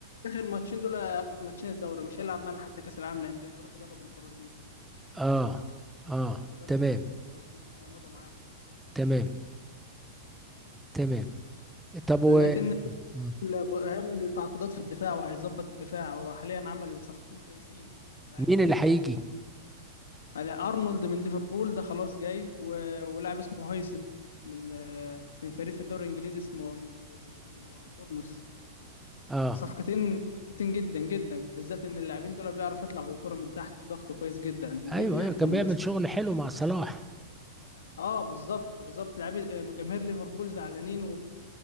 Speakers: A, on the left; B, in the centre.
A: اخر ماتشين دول آه، ماتشين الدوري مش هيلعب معانا حتى كاس العالم للانديه هيروح يدرب البرازيل
B: اه اه
A: هيدرب
B: تمام
A: منتخب البرازيل ومضى معاهم
B: تمام تمام طب و
A: لكن
B: آه.
A: ال- هيعمل تعاقدات في الدفاع وهيظبط الدفاع هو حاليا عمل صفقتين كويسين لعيب
B: مين اللي هيجي
A: على ارنولد من ليفربول ده خلاص جاي و- ولاعب اسمه هيسن من آه، من فريق في الدوري الانجليزي اسمه آه، اسمه بورنموث
B: اه
A: صفقتين كويسين جدا جدا بالذات ان اللاعبين دول بيعرف يطلع بالكرة من تحت الضغط كويس جدا دي
B: ايوه
A: اللي
B: ايوه
A: احنا
B: كان
A: كنا
B: بيعمل
A: ناقصين
B: شغل حلو مع صلاح
A: اه بالظبط بالظبط لاعبي آه، جماهير ليفربول زعلانين